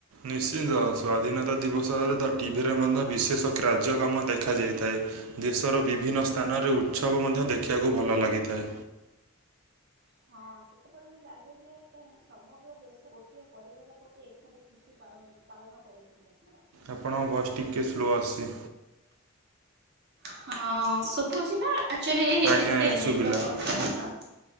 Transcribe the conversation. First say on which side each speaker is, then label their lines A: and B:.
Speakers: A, on the right (about 85°); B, on the right (about 50°).
A: ନିଶ୍ଚିନ୍ତ ସ୍ୱାଧୀନତା ଦିବସରେ ତ ଟିଭିରେ ମଧ୍ୟ ବିଶେଷ କାର୍ଯ୍ୟକ୍ରମ ଦେଖାଯାଇଥାଏ। ଦେଶର ବିଭିନ୍ନ ସ୍ଥାନରେ ଉତ୍ସବ ମଧ୍ୟ ଦେଖିବାକୁ ଭଲ ଲାଗିଥାଏ।
B: ହଁ, ସେତେବେଳେ ବି ଲାଗେ ଯେ ସମଗ୍ର ଦେଶ ଗୋଟିଏ ପରିବାର ପରି ଏକାଠି ଖୁସି ପାଳ ପାଳନ କରିଛନ୍ତି ଯେ ଆମର।
A: ଆପଣଙ୍କ ଭଏସ ଟିକିଏ ସ୍ଲୋ ଆସିଛି।
B: ହଁ ଶୁଭୁଛି ନା ଆକଚୁଲି
A: ଆଜ୍ଞା
B: ପ୍ରବ୍ଲେ
A: ଶୁଭିଲା
B: ତ <unintelligible>
A: ହୁଁ,